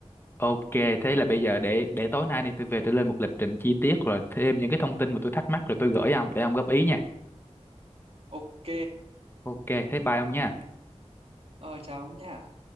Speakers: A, on the left; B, on the right.
A: Ok, thế là bây giờ để để tối nay đi tôi về tôi lên một lịch trình chi tiết rồi thêm những cái thông tin mà tôi thắc mắc rồi tôi gửi ông để ông góp ý nha.
B: ok
A: Ok, thế bye ông nha.
B: ờ, chào ông nha